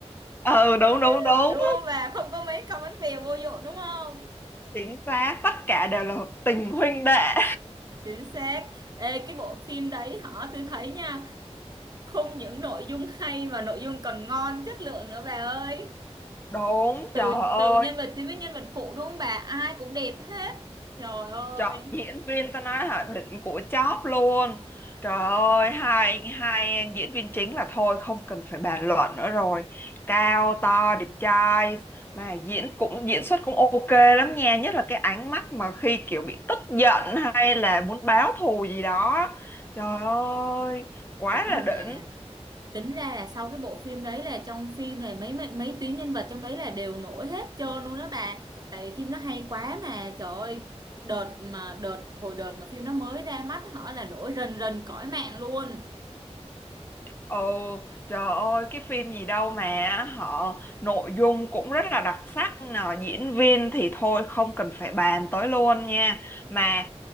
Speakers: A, on the left (about 20°); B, on the right (about 35°).
A: Ừ đúng đúng
B: <laughs>
A: đúng.
B: đúng không và Không có mấy cặp bánh bèo vô dụng đúng không?
A: chính xác tất cả đều là tình huynh đệ
B: Chính xác. Ê, cái bộ phim đấy hả? Tôi thấy nha, không những nội dung hay mà nội dung còn ngon, chất lượng nữa bà ơi.
A: đúng
B: Từ
A: trời ơi
B: từ nhân vật chính với nhân vật phụ đúng không bà? Ai cũng đẹp hết. Trời ơi,
A: chọn diễn viên ta nói hả đỉnh của chóp luôn trời ơi hai hai diễn viên chính là thôi không cần phải bàn luận nữa rồi cao to đẹp trai mà diễn cũng diễn xuất cũng ok lắm nha nhất là cái ánh mắt mà khi kiểu bị tức giận hay là muốn báo thù gì đó trời ơi quá
B: đúng
A: là
B: rồi
A: đỉnh
B: bà. tính ra là sau cái bộ phim đấy là trong phim này mấy mấy, mấy tuyến nhân vật trong đấy là đều nổi hết trơn luôn đó bà tại vì phim nó hay quá mà trời ơi đợt mà đợt hồi đợt mà phim nó mới ra mắt họ là nổi rần rần cõi mạng luôn
A: Ồ, trời ơi, cái phim gì đâu mà họ nội dung cũng rất là đặc sắc, nè, diễn viên thì thôi không cần phải bàn tới luôn nha. Mà